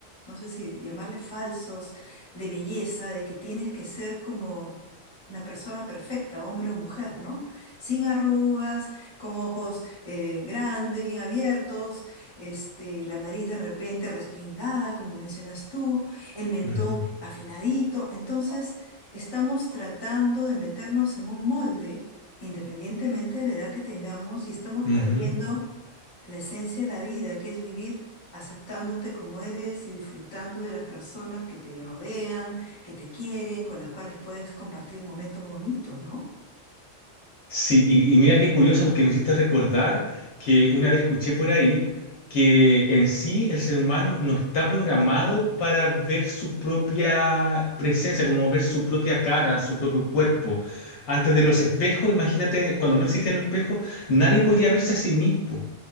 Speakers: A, on the left (about 25°); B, on the left (about 70°).
A: no sé si llamarle falsos, de belleza, de que tienes que ser como una persona perfecta, hombre o mujer, ¿no? Sin arrugas, con ojos eh, grandes, bien abiertos, este, la nariz de repente respingada, como mencionas tú, el mentón
B: Ujú.
A: afinadito. Entonces estamos tratando de meternos en un molde independientemente de la edad que tengamos, y estamos
B: Ujú.
A: perdiendo la esencia de la vida, que es vivir aceptándote como eres y disfrutando de las personas que te rodean, que te quieren, con las cuales puedes compartir momentos bonitos, ¿no?
B: Sí, y, y mira qué curioso porque me hiciste recordar que una vez escuché por ahí que en sí el ser humano no está programado para ver su propia presencia, como ver su propia cara, su propio cuerpo. Antes de los espejos, imagínate, cuando no existían los espejos, nadie podía verse a sí mismo.